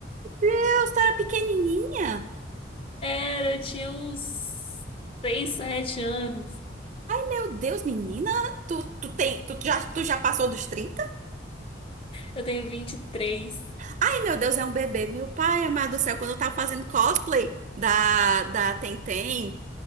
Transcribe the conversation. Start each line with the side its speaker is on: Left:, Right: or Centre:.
Right: Deus, tu era pequenininha?
Left: Era, eu tinha uns 6, 7 anos.
Right: Meu Deus, menina, tu, tu tem, tu já, tu já passou dos trinta
Left: Eu tenho 23.
Right: Ai, meu Deus, é um bebê. Meu pai, amado do céu, quando eu tava fazendo cosplay da, da Tentem,